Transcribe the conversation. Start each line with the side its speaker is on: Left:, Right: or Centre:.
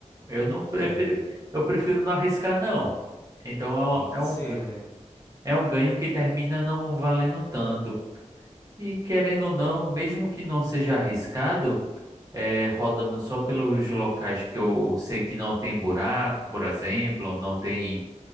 Right: eu não prefiro,
Left: É,
Right: eu prefiro não arriscar, não. Então é, uma-
Left: tem que
Right: é um,
Left: ser,
Right: gan-
Left: né?
Right: é um ganho que termina não valendo tanto. E querendo ou não, mesmo que não seja arriscado, é, rodando só pelos locais que eu sei que não tem buraco, por exemplo, ou não tem